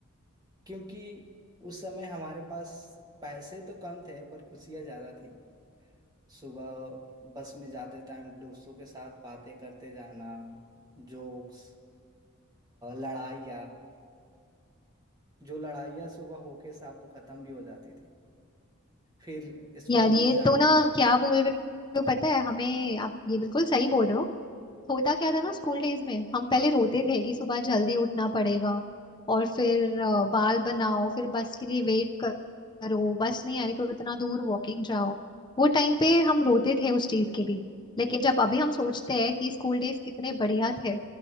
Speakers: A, on the right; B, on the left.
A: क्योंकि उस समय हमारे पास पैसे तो कम थे पर खुशियाँ ज़्यादा थी सुबह बस में जाते टाइम दोस्तों के साथ बातें करते जाना जोक्स लड़ाइयाँ जो लड़ाइयाँ सुबह होके शाम को ख़त्म भी हो जाती थी फिर स्कूल
B: यार ये
A: में जाके
B: तो ना क्या बोल रहे हो पता है हमें आप ये बिल्कुल सही बोल रहे हो होता क्या था ना स्कूल डेज में हम पहले रोते थे कि सुबह जल्दी उठना पड़ेगा और फिर अ, बाल बनाओ फिर बस के लिए वेट करो बस नहीं आई तो इतना दूर वॉकिंग जाओ वो टाइम पे हम रोते थे उस चीज के लिए लेकिन जब अभी हम सोचते हैं कि स्कूल डेज कितने बढ़िया थे